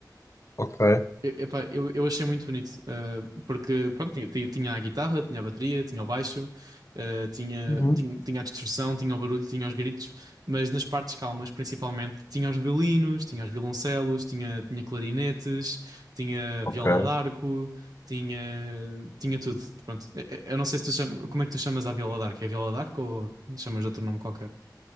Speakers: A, on the left; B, on the right.
A: ok,
B: Eu, epá, eu, eu achei muito bonito, eh, porque pronto, tinha, tinha- tinha a guitarra, tinha a bateria, tinha o baixo, eh, tinha,
A: Uhum.
B: tinha, tinha a distorção, tinha o barulho, tinha os gritos, mas nas partes calmas, principalmente, tinha os violinos, tinha os violoncelos, tinha, tinha clarinetes, tinha
A: ok.
B: viola d'arco, tinha, tinha tudo. Pronto, Eh, eh, eu não sei se tu chama, como é que tu chamas a viola d'arco? É viola d'arco ou chamas de outro nome qualquer?